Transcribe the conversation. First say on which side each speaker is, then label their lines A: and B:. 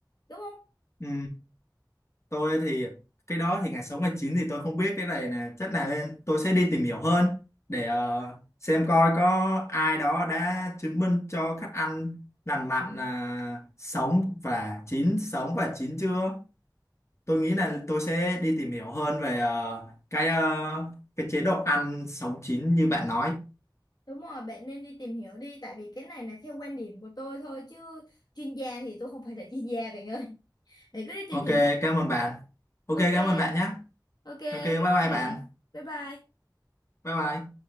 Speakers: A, on the left (about 60°); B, on the left (about 35°).
A: đúng không
B: ừ. tôi thì cái đó thì ngày sống ngày chín thì tôi không biết cái này nè chắc là lên tôi sẽ đi tìm hiểu hơn để ờ, xem coi có ai đó đã chứng minh cho khách ăn lành mạnh là sống và chín sống và chín chưa tôi nghĩ là tôi sẽ đi tìm hiểu hơn về ờ, cái ờ, cái chế độ ăn sống chín như bạn nói
A: Đúng rồi, bạn nên đi tìm hiểu đi Tại vì cái này là theo quan điểm của tôi thôi Chứ chuyên gia thì tôi không phải là chuyên gia bạn ơi Bạn cứ đi tìm
B: ok
A: hiểu hết
B: cảm ơn bạn ok
A: Ok,
B: cảm ơn bạn nhé
A: ok,
B: ok bye
A: cảm
B: bye
A: ơn
B: bạn
A: bạn Bye bye
B: bye bye